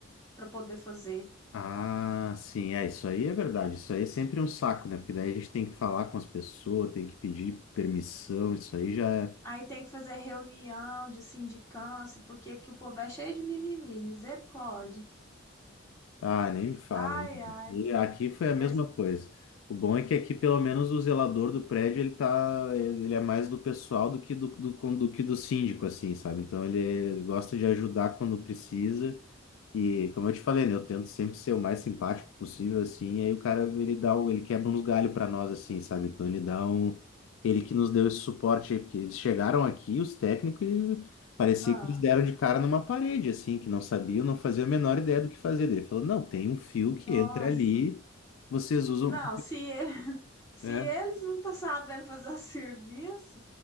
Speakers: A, on the left; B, on the left.
A: para poder fazer.
B: Ah, sim, é, isso aí é verdade. Isso aí é sempre um saco, né? Porque daí a gente tem que falar com as pessoas, tem que pedir permissão, isso aí já é.
A: Aí tem que fazer reunião de sindicância, porque aqui o povo é cheio de mimimi, misericórdia.
B: Ah, nem me fala.
A: Ai, ai.
B: E aqui foi a mesma
A: Esse-
B: coisa. O bom é que aqui, pelo menos, o zelador do prédio, ele tá, ele ele é mais do pessoal do que do, do, do que do síndico, assim, sabe? Então, ele, ele gosta de ajudar quando precisa. E como eu te falei, né, eu tento sempre ser o mais simpático possível, assim, e aí o cara, ele dá, o- ele quebra uns galhos pra nós, assim, sabe? Então ele dá um, ele que nos deu esse suporte aí, porque eles chegaram aqui, os técnicos, e parecia
A: ah,
B: que eles deram de cara numa parede, assim, que não sabiam, não faziam a menor ideia do que fazer. Daí Ele falou, não, tem um fio
A: nossa.
B: que entra ali, vocês usam,
A: Não, se, e- <laughs> se
B: né?
A: eles não estão sabendo fazer o serviço,